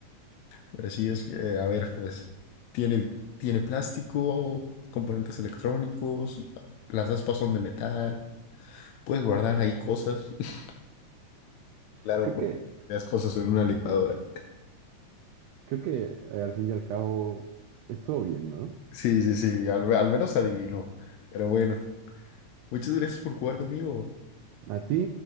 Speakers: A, on the left; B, on the right.
A: Pero sí es que, a ver, pues, tiene, tiene plástico, componentes electrónicos, las aspas son de metal. Puedes guardar ahí cosas. <laughs> Claro,
B: Creo
A: porque
B: que,
A: las cosas en una licuadora.
B: creo que eh, al fin y al cabo es todo bien, ¿no?
A: Sí, sí, sí, al, al menos adivinó. Pero bueno, muchas gracias por jugar conmigo.
B: ¿A ti?